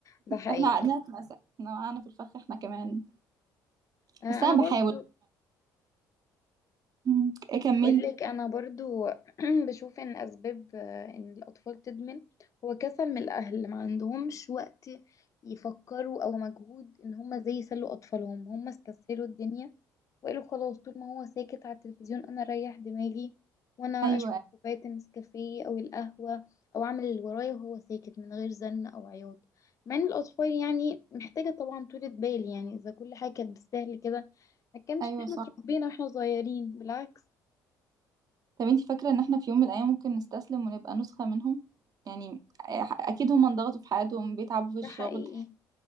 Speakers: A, on the left; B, on the right.
A: ده حقيقي
B: احنا عقلنا اتمسح احنا وقعنا في الفخ احنا كمان
A: آه،
B: بس انا
A: انا برضو
B: بحاول مم. اكملي
A: بقولك انا برضو <clears throat> بشوف ان اسباب آه، ان الاطفال تدمن هو كسل من الاهل ما عندهمش وقت يفكروا او مجهود ان هم ازاي يسلوا اطفالهم هم استسهلوا الدنيا وقالوا خلاص طول ما هو ساكت على التلفزيون انا اريح دماغي وانا
B: ايوه
A: اشرب كوبايه النسكافيه او القهوه او اعمل اللي ورايا وهو ساكت من غير زن او عياط مع ان الاطفال يعني محتاجه طبعا طولة بال يعني اذا كل حاجه كانت بالسهل كده ما كانش
B: ايوه
A: احنا
B: صح
A: اتربينا واحنا صغيرين بالعكس
B: طب انت فاكره ان احنا في يوم من الايام ممكن نستسلم ونبقى نسخه منهم يعني أح- اكيد هم انضغطوا في حياتهم بيتعبوا في
A: ده
B: الشغل
A: حقيقي